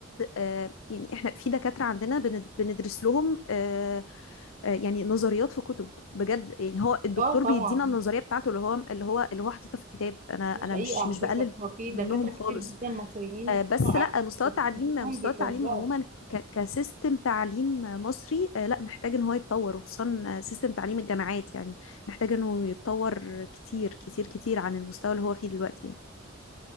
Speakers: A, on the left; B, on the right.
A: آه، يعني احنا في دكاترة عندنا بند- بندرس لهم آه، آه، يعني نظريات في كتب بجد يعني هو الدكتور
B: اه طبعا
A: بيدينا النظرية بتاعته اللي هو اللي هو اللي هو حاططها في الكتاب انا انا
B: دي حقيقه
A: مش
B: على
A: مش
B: فكره
A: بقلل
B: هو في دكاتره
A: منهم
B: كتير
A: خالص
B: جدا مصريين
A: آه، بس لا مستوى التعليم
B: فيهم
A: مستوى
B: بيتوزعوا
A: التعليم عموما ك- كسيستم تعليم مصري آه، لا محتاج ان هو يتطور وخصوصا آه، سيستم تعليم الجامعات يعني محتاج انه يتطور كتير كتير كتير عن المستوى اللي هو فيه دلوقتي يعني.